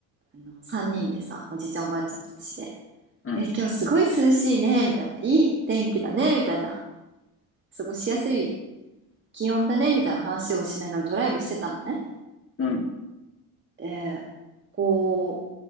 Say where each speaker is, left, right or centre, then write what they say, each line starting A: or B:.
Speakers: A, on the right; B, on the left.
A: あの、三人でさ、おじいちゃんおばあちゃんと私で、
B: うん。
A: え、今日すごい涼しいね、みたいな、いい天気だね、みたいな、過ごしやすい気温だね、みたいな話をしながらドライブしてたのね。
B: うん。
A: で、こ